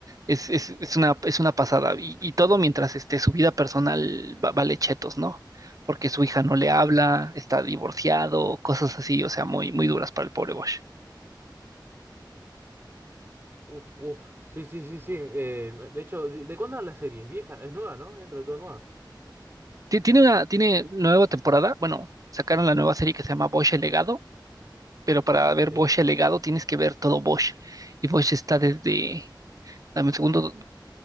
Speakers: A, on the right; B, on the right.
A: es, es, es una, es una pasada. Y, y todo mientras este, su vida personal va- vale chetos, ¿no? Porque su hija no le habla, está divorciado, cosas así, o sea, muy, muy duras para el pobre Bosch.
B: Uf, uf. Sí, sí, sí, sí. Eh, de hecho, ¿de, de cuándo es la serie? Es vieja, es nueva, ¿no? Dentro de todo nueva.
A: Ti- Tiene una, tiene nueva temporada, bueno, sacaron la nueva serie que se llama Bosch el Legado, pero para ver
B: Sí.
A: Bosch el Legado tienes que ver todo Bosch. Y Bosch está desde, dame un segundo,